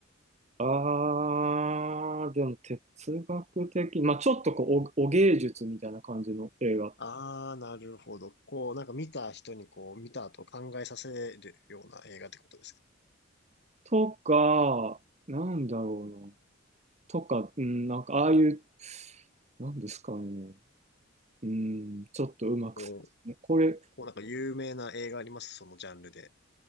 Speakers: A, on the right (about 35°); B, on the left (about 55°).
A: あー、でも哲学的、まあちょっとこう、お、お芸術みたいな感じの映画
B: あー、なるほど。こう、なんか見た人にこう、見た後考えさせるような映画ってことですか
A: とか、なんだろうな。とか、うん、なんか、ああいう、なんですかね。うん、ちょっとうまく。
B: お、こ
A: これ、
B: うなんか有名な映画ありますそのジャンルで。